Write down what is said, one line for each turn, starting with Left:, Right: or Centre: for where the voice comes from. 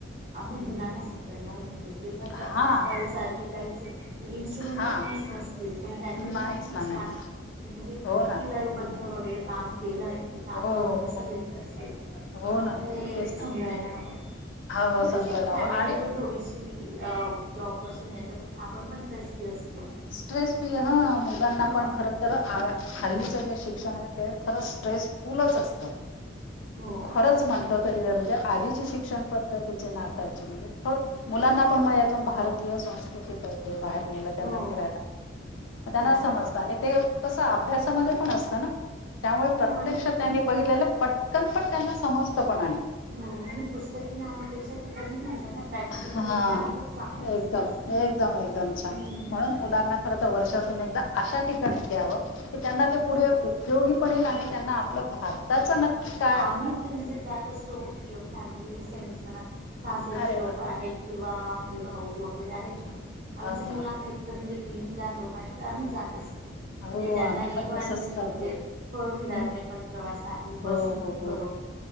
Right: आपल्या
Left: हम्म
Right: मुलांना
Left: हम्म
Right: स <unintelligible>
Left: हा
Right: <unintelligible> आजकाल सारखे काहीच इंस्ट्रुमेंट
Left: हा
Right: काहीच नसतील. पण त्यांनी
Left: नाहीच
Right: किती
Left: ना
Right: छान
Left: नाही
Right: म्हणजे,
Left: हो
Right: किती
Left: ना.
Right: लयबद्ध वगैरे काम केलय, ते काम
Left: हो
Right: करून कस
Left: हो.
Right: घेतलं असेल
Left: हो ना
Right: हे
Left: तेच ना.
Right: समजायला हवं.
Left: हो
Right: अन कसय
Left: समजायला
Right: फॅमिली
Left: हवं आणि
Right: पण थोडीच की अ जॉब पासून याच्यापासून आपण पण ट्रेस् फ्री असतो.
Left: स्ट्रेस फी ह मुलांना
Right: हां
Left: पण खर तर हल्लीचं जे शिक्षण हाय, ते खरच स्ट्रेसफुलच असत,
Right: हो
Left: खरच म्हण <unintelligible> तरी म्हणजे आधीची शिक्षण पद्धतीचे नाताची म्हजे खूप मुलांना पण मग यातून भारतीय संस्कृती कळे. बाहेर नेलं त्यांना
Right: हो
Left: फिरायला, त्यांना
Right: हो
Left: समजत आणि ते तसं अभ्यासामध्ये पण असतं ना. त्यामुळे प्रत्यक्ष
Right: हो आणि
Left: त्यांनी बघितलेलं, पटकन पण त्यांना समजत पण अणि.
Right: हो आणि <inaudible>
Left: हा
Right: खूप चांगलं
Left: एकदम,
Right: असतं असं.
Left: एकदम- एकदम छान.
Right: हम्म
Left: म्हणून मुलांना खरं तर वर्षातून एकदा, अशा ठिकाणी द्यावं. की त्यांना ते पुढ उपयोगी पण इल आणि त्यांना आपलं भारताच नक्की का
Right: आमी म्हणजे जात असतो, <unintelligible> <unintelligible> म्हणा सासरचे
Left: अरे
Right: लोक
Left: वाह!
Right: आहेत, किंवा म्हणजे भाऊ वगैरे आहेत ना. आमचे
Left: वाह!
Right: मुलं
Left: वाह!
Right: आहेत, तर म्हणजे तीन चार लोक आहेत तर आम्ही जात. <unintelligible>
Left: हो,
Right: <inaudible> त्यांना
Left: आम्ही पण
Right: इवन
Left: तसंच
Right: म्हणजे
Left: करतो.
Right: फोर विलर
Left: हं.
Right: पण प्रवास आहे. बस
Left: हो, हो हो.
Right: हो.